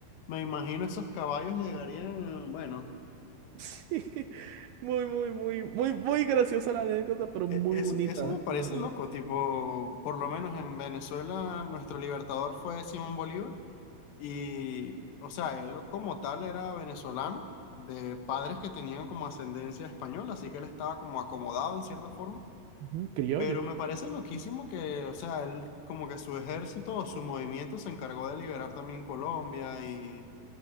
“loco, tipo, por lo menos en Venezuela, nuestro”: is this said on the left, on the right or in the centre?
Left